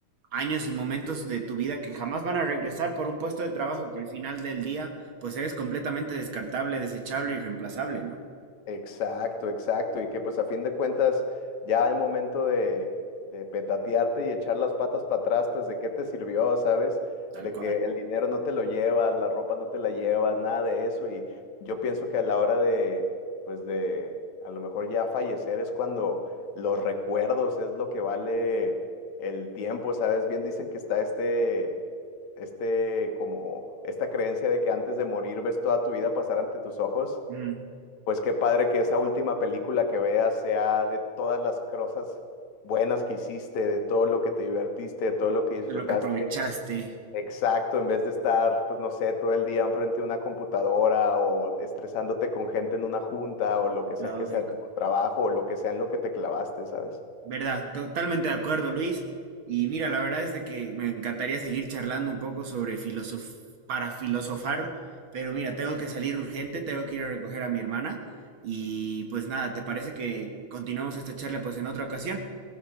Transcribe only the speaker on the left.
Exacto, exacto. Y que pues a fin de cuentas, ya al momento de, de petatearte y echar las patas para atrás, pues de qué te sirvió, ¿sabes?
De
que el dinero no te lo llevas, la ropa no te la llevas, nada de eso. Y yo pienso que a la hora de, pues de, a lo mejor ya fallecer es cuando los recuerdos es lo que vale el tiempo, ¿sabes? Bien dicen que está este, este, como esta creencia de que antes de morir ves toda tu vida pasar ante tus ojos.
Pues qué padre que esa última película que veas sea de todas las cosas buenas que hiciste, de todo lo que te divertiste, de todo lo que disfrutaste.
Exacto, en vez de estar, pues no sé, todo el día enfrente de una computadora o estresándote con gente en una junta o lo que sea
que sea tu trabajo o lo que sea en lo que te clavaste, ¿sabes?